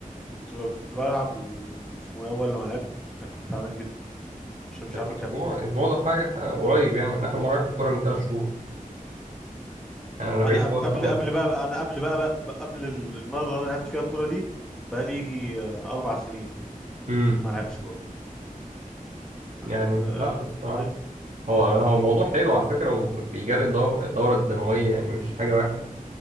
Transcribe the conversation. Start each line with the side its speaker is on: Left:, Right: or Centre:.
Centre: كنت ب- كنت بلعب واسمه ايه اول لما لعبت كنت تعبان جدا مش مش
Right: طب
Centre: عارف
Right: اسبوع
Centre: اكمل
Right: اسبوع ده حاجه آه، قريب يعني انا اخر مره لعبت كوره من ثلاث شهور يعني انا بعيد
Centre: انا قب-
Right: خالص
Centre: قبل
Right: عنك
Centre: قبل بقى انا قبل بقى, بقى قبل المره اللي انا لعبت فيها الكوره دي بقى لي يجي آه، اربع سنين
Right: امم
Centre: ما لعبتش كوره آه،
Right: يعني
Centre: آه،
Right: لا الصراحه
Centre: اي
Right: هو هو موضوع حلو على فكره وبيجري الدو- الدوره الدمويه يعني مش حاجه وحشه